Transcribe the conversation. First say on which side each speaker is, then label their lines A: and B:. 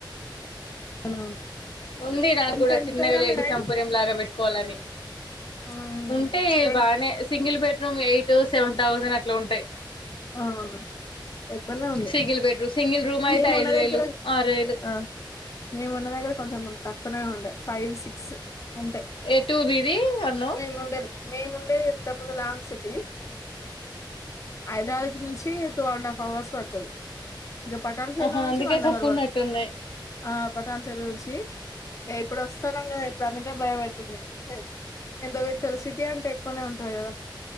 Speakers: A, on the left; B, on the left.
A: అవునవును
B: ఉంది నాకు
A: రెంట్
B: కూడా
A: ఎంతరా
B: చిన్నగా లేడి
A: మీ సైడు
B: సంపుర్యం లాగా పెట్టుకోవాలని
A: ఆ
B: ఉంటాయి
A: రెంట్
B: బాగానే single bedroom eight seven thousand అట్లా ఉంటాయి
A: అవును ఎక్కువనే ఉంది
B: single bedroom single room అయితే
A: మేమున్న
B: ఐదు వేలు
A: దగ్గర
B: ఆరు వేలు
A: ఆ మేమున్న దగ్గర కొంచెం తక్కువ ఆ ఉండే ఫైవ్ సిక్స్ అంతా
B: ఎటు మీది అన్నావ్
A: మేము ఉండేది మేము ఉండే ఇంతకుముందు లాంగ్ సిటీ హైదరాబాద్ నుంచి టూ అండ్ హఫ్ అవర్స్ పడుతాది ఇంకా పట్టాణ్ చెరువు
B: ఆహా
A: నుంచి
B: అందుకే
A: వన్
B: తక్కువ
A: అవర్ పడుతాయ్
B: ఉన్నట్టున్నాయి
A: ఆ పట్టాణ్ చెరువు నుంచి ఇంగా ఇప్పుడు వస్తాన్నాము కదా ఇప్పుడు ఆమెను భయం అవుతుంది ఇంత పెద్ద సిటీ అంటే ఎక్కువనే ఉంటాది కదా